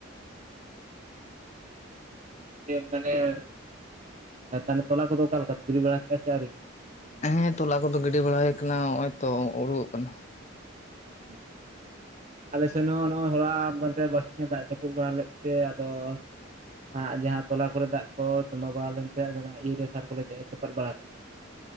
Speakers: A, on the right (about 35°); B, on the left (about 35°).
A: <inaudible> <unintelligible> ᱢᱟᱱᱮ ᱛᱟᱦᱚᱞᱮ ᱛᱚᱞᱟ ᱠᱚᱫᱚ ᱚᱠᱟᱞᱮᱠᱟ ᱯᱮ ᱜᱤᱰᱤ ᱵᱟᱲᱟ ᱠᱮᱫᱟ ᱥᱮ ᱟᱣᱨᱤ?
B: ᱦᱮᱸ ᱛᱚᱞᱟ ᱠᱚᱫᱚ ᱜᱤᱰᱤ ᱵᱟᱲᱟ ᱦᱩᱭ ᱟᱠᱟᱱᱟ ᱦᱚᱦᱚᱭ ᱛᱚ ᱩᱰᱩᱠᱚᱜ ᱠᱟᱱᱟ᱾
A: ᱟᱪᱪᱷᱟ ᱟᱞᱮ ᱥᱮᱱ ᱦᱚᱸ ᱱᱚᱜ-ᱚᱭ ᱦᱚᱞᱟ ᱢᱟᱦᱫᱷᱮᱨ ᱵᱟᱨᱥᱤᱧ ᱮ ᱫᱟᱜ ᱡᱟᱹᱯᱩᱫ ᱵᱟᱲᱟ ᱞᱮᱫ ᱛᱮ ᱟᱫᱚᱻᱼᱼ ᱟᱜ ᱡᱟᱦᱟᱸ ᱛᱚᱞᱟ ᱠᱚᱞᱮ ᱫᱟᱜ ᱠᱚ ᱛᱚᱸᱵᱟ ᱵᱟᱞᱟ ᱞᱮᱱ ᱛᱟᱦᱮᱸᱫ ᱤᱭᱩᱨᱤᱭᱟ ᱥᱟᱨ ᱠᱚᱞᱮ ᱪᱟᱯᱟᱫ ᱵᱟᱲᱟᱼᱼ